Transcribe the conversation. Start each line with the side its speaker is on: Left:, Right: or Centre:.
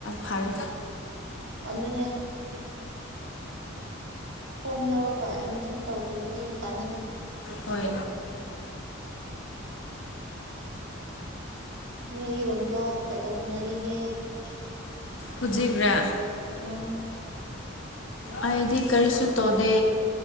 Left: ꯐꯔꯦ꯫
Right: ꯑꯗꯨꯅꯦ꯫ ꯐꯣꯝ ꯂꯧꯔꯒ ꯑꯦꯠꯃꯤꯁꯟ ꯇꯧꯗꯕꯗꯤ ꯀꯥꯟꯅꯗꯦ
Left: ꯍꯣꯏ꯫
Right: ꯅꯣꯏꯒꯤꯔꯣꯝꯗꯣ ꯀꯩꯗꯧꯅꯔꯤꯒꯦ
Left: ꯍꯖꯤꯈ꯭ꯔꯥ
Right: ꯎꯝ꯫
Left: ꯑꯥꯏꯗꯤ ꯀꯔꯤꯁꯨ ꯇꯣꯗꯦ꯫